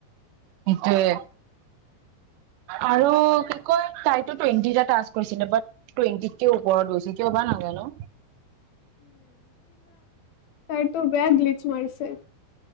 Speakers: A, on the right; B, on the left.
A: সেইটোয়ে আৰু কি কয় তাইতো টুৱেণ্টিটা টাছ কৰিছিলে বাট টুৱেণ্টিত কেও ওপৰত গৈছিল কিয় বা নেজানো
B: চাইটো বেয়া গিল <unintelligible>